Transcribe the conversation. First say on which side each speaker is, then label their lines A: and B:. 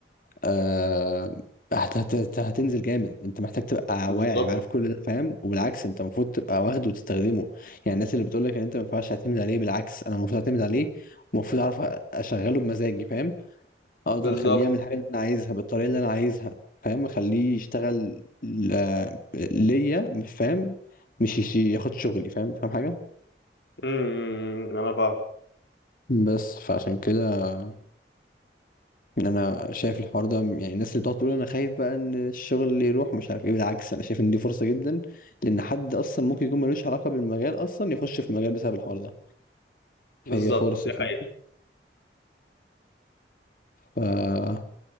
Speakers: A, on the left; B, on the left.
A: آه هت- هت- هت- هتنزل جامد انت محتاج تبقى
B: بالظبط
A: واعي وعارف كل ده فاهم وبالعكس انت المفروض تبقى واخده وتستخدمه يعني الناس اللي بتقول لك ان انت ما ينفعش تعتمد عليه بالعكس انا المفروض اعتمد عليه ومفروض اعرف اشغله بمزاجي فاهم اقدر
B: بالظبط
A: اخليه يعمل الحاجه اللي انا عايزها بالطريقه اللي انا عايزها فاهم اخليه يشتغل ل- ليا فاهم مش يش- ياخد شغلي فاهم فاهم حاجه
B: امم إمم، إمم، انا فاهم
A: بس فعشان كده انا شايف الحوار ده يعني الناس اللي بتقعد تقول انا خايف بقى ان الشغل اللي يروح ومش عارف ايه بالعكس انا شايف ان دي فرصه جدا لان حد اصلا ممكن يكون ملوش علاقه بالمجال اصلا يخش في المجال بسبب الحوار ده
B: بالظبط
A: فهي فرصه
B: دي
A: فاهم
B: حقيقة
A: ف